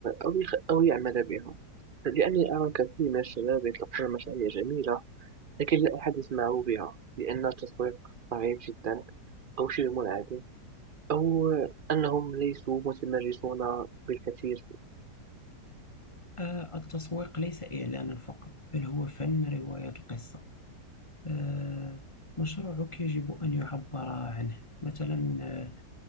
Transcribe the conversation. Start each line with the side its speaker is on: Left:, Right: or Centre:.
Right: أو, يخ أو يعمل بها لأني أرى كثير من الشباب يطلقون مشاريع جميلة لكن لا أحد يسمع بها لأن التسويق ضعيف جدا أو شبه منعدم أو أنهم ليسوا متمرسون بالكثير
Left: آه، التسويق ليس إعلانا فقط بل هو فن رواية القصة آه، مشروعك يجب أن يعبر عنه مثلا آه،